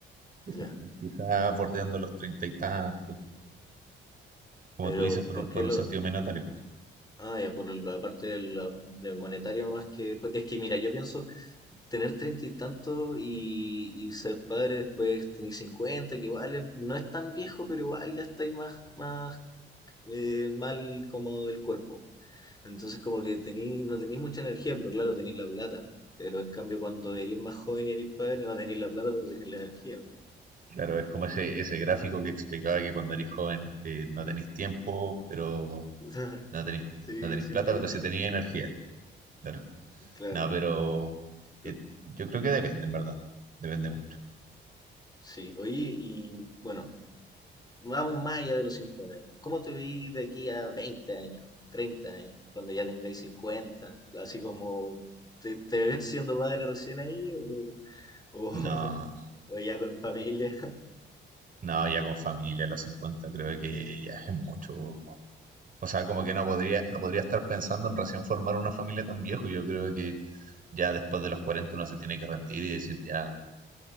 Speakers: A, on the right; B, on the left.
A: quizá,
B: Ya.
A: quizá bordeando los treinta y tantos, como
B: Pero
A: tú dices, por
B: ¿por
A: un, por
B: qué lo...?
A: un sentido menatario.
B: Ah, ya, por la parte del, del monetario más que... Es que mira, yo pienso tener treinta y tantos y, y ser padre después tener cincuenta, que igual es- no es tan viejo, pero igual ya estáis más, más eh, mal como del cuerpo. Entonces como que tení, no tenéis mucha energía, pero claro, tenéis la plata. Pero en cambio cuando eres más joven y eres padre, no tenéis la plata, pero tenéis la energía.
A: Claro, es como ese, ese gráfico que explicaba que cuando eres joven eh, no tenés tiempo, pero
B: <laughs>
A: no tenéis,
B: Sí,
A: no tenéis
B: sí
A: plata,
B: lo he visto.
A: pero sí tenéis energía. Claro.
B: Claro.
A: No, pero eh,
B: Eh,
A: yo creo que depende, en verdad. Depende mucho.
B: Sí, oye, y bueno, vamos más allá de los 5 años. ¿Cómo te vi de aquí a 20 años, 30 años, cuando ya tengáis cincuenta Así como, ¿te, te ves siendo padre recién ahí o, o,
A: No,
B: <laughs> o ya con familia?
A: no, ya con familia a los 50 creo que ya es mucho. O sea, como que no podría, no podría estar pensando en recién formar una familia tan viejo. Yo creo que ya después de los 40 uno se tiene que rendir y decir, ya,